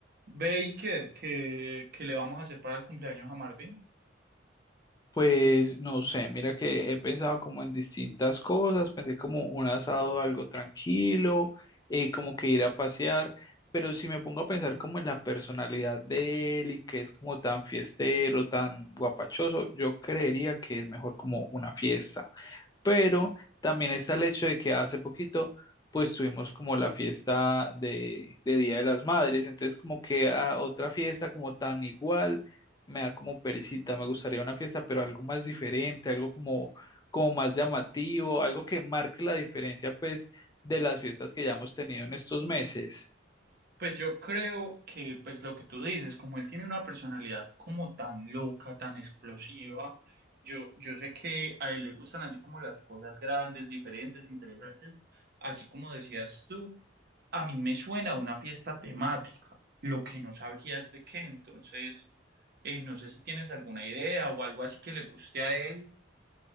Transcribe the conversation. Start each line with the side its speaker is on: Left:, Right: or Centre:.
Right: Baker, ¿qué, qué le vamos a hacer para el cumpleaños a Marvin?
Left: Pues no sé, mira que he pensado como en distintas cosas, pensé como un asado algo tranquilo, eh, como que ir a pasear, pero si me pongo a pensar como en la personalidad de él y que es como tan fiestero, tan guapachoso, yo creería que es mejor como una fiesta pero también está el hecho de que hace poquito pues tuvimos como la fiesta de, de Día de las Madres, entonces como que a otra fiesta como tan igual me da como perecita, me gustaría una fiesta pero algo más diferente, algo como, como más llamativo, algo que marque la diferencia pues de las fiestas que ya hemos tenido en estos meses.
Right: Pues yo creo que, pues lo que tú dices, como él tiene una personalidad como tan loca, tan explosiva, yo, yo sé que a él le gustan así como las cosas grandes, diferentes, interesantes, así como decías tú, a mí me suena a una fiesta temática, lo que no sabría es de qué, entonces, eh, no sé si tienes alguna idea o algo así que le guste a él.